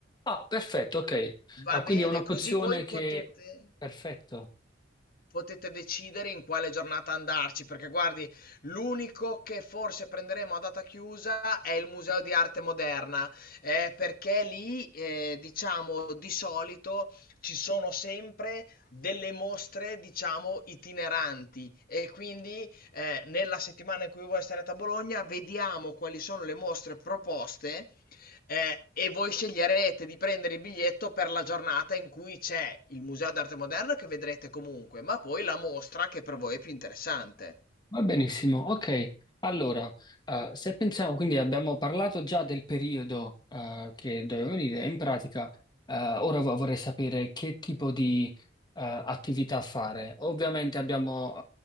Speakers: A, on the left; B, on the left.
A: Ah, perfetto, ok,
B: Va
A: Ah, quindi
B: bene,
A: è un'opzione
B: così voi
A: che...
B: potete...
A: Perfetto.
B: potete decidere in quale giornata andarci, perché guardi, l'unico che forse prenderemo a data chiusa è il Museo di Arte Moderna, eh, perché lì, eh, diciamo, di solito ci sono sempre delle mostre, diciamo, itineranti e quindi eh, nella settimana in cui voi sarete a Bologna vediamo quali sono le mostre proposte eh, e voi sceglierete di prendere il biglietto per la giornata in cui c'è il Museo d'Arte Moderna che vedrete comunque, ma poi la mostra che per voi è più interessante.
A: Va benissimo, ok. Allora, eh, se pensiamo, quindi abbiamo parlato già del periodo eh, che doveva venire, in pratica, eh, ora vo- vorrei sapere che tipo di eh, attività fare. Ovviamente abbiamo